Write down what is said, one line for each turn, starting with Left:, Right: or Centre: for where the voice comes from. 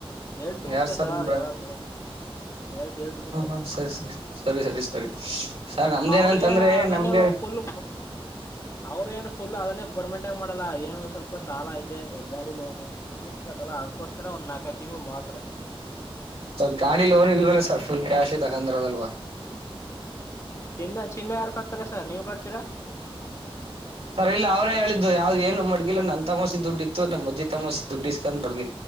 Left: ಏಳ್ತು
Right: ಯಾರ್
Left: ಮುಖ್ಯ
Right: ಸರ್
Left: ಸಾರ್
Right: ನಿಮ್ ಬ್ರದರ್
Left: ಯಾವಾಗು ಹೇಳ್ತ ಏಳ್ತು ಮುಖ್ಯ.
Right: ಹ ಸ್ ಸ್ ಸರಿ ಸರಿ ಸರಿ ಸರ್ ನಮ್ದೇನಂತಂದ್ರೆ
Left: ಅವರು ಏನ್ ಅದೇನೇ
Right: ನಮ್ಗೆ
Left: ಪೂಲ್- ಅವರು ಏನು ಪುಲ್ ಅದನ್ನೇ ಪರ್ಮೆಂಟ್ ಆಗಿ ಮಾಡೋಲ್ಲ ಏನೋ ಒಂದ್ ಸ್ವಲ್ಪ ಸಾಲ ಐತೆ ಗಾಡಿ ಲೋನು. ತಿರರ್ಸ್ಬೇಕಲ್ಲಾ ಅದಕೋಸ್ಕರ ಒಂದು ನಾಲ್ಕೈದು ತಿಂಗಳು ಮಾಡ್ತರೆ ಅಷ್ಟೇ.
Right: ಸ್ ಗಾಡಿ ಲೋನ್ ಇಲ್ವಲ್ಲ ಸರ್ ಪುಲ್ ಕ್ಯಾಶ್ ತಗೊಂಡ್ರಿರೋದ್ ಅದಲ್ವಾ.
Left: ಚಿನ್ನ ಚಿನ್ನ ಯಾರು ಕಡ್ತಾರಾ ಸರ್ ನೀವ್ ಕಡ್ತೀರಾ.
Right: ಸರ್ ಇಲ್ಲ ಅವ್ರೇ ಹೇಳಿದ್ದು ಯಾವ್ದ ಏನು ಮಡ್ಗಿಲ್ಲ ನನ್ನ ತಸಿ ದುಡ್ಡಿತ್ತು ನಮ್ಮಜ್ಜ ತಸಿ ದುಡ್ಡ ಇಸ್ಕೊಂಡ್ ಮಡ್ಗಿ